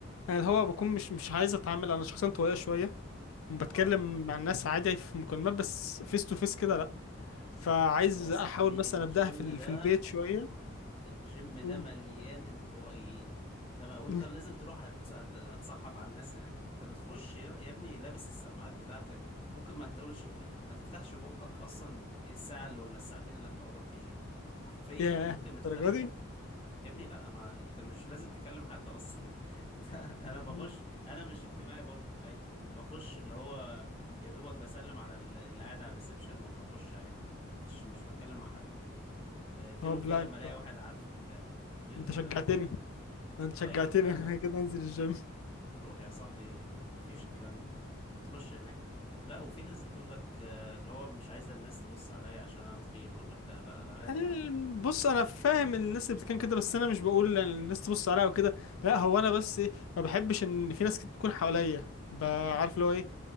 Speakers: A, on the left (about 85°); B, on the left (about 25°).
A: انا الهوا بكون مش مش عايز اتعامل انا شخصيا طويله شويه بتكلم
B: اه
A: مع الناس عادي في مكالمات بس فيس تو فيس كده لا فعايز
B: يا صاحبي
A: احاول مثلا
B: الجيم
A: ابداها في ال-
B: ده
A: في البيت شويه
B: الجيم ده
A: و...
B: مليان انطوائيين انت ما... وانت
A: <laughs>
B: لازم تروح هت... هت- هتصاحب على الناس هناك انت بتخش يا... يا ابني لابس السماعات بتاعتك ممكن ما تقولش ما, ما تفتحش بقك اصلا الساعة اللي ولا الساعتين اللي هتقعدهم في الجيم حرفيا
A: ياه
B: ممكن ما تفتحش
A: الدرجه دي
B: بقك يا ابني لا ما انت مش لازم تكلم حد اصلا <laughs> انا بخش
A: مم.
B: انا مش اجتماعي برضو عادي بخش اللي هو يا دوبك بسلم على ال- اللي قاعد على الريسبشن وبخش عادي مش مش بتكلم مع حد آه، فين
A: طب
B: وفين
A: لا
B: لما
A: انت
B: الاقي واحد عارفه بتاع غير
A: انت
B: كده
A: شجعتني
B: لا ما...
A: انت شجعتني
B: اه يا عم لا لا
A: <laughs> كده انزل الجيم
B: روح يا صاحبي ما فيش الكلام ده بتخش هناك لا وفي ناس بتقول لك آه، اللي هو مش عايزه الناس تبص عليا عشان انا تخين ولا بتاع لا لا عادي
A: ال-
B: يا عم
A: بص انا فاهم الناس اللي بتتكلم كده بس انا مش بقول ان الناس تبص عليا وكده لا هو انا بس إيه، ما بحبش ان في ناس كتير تكون حواليا ب- عارف اللي هو ايه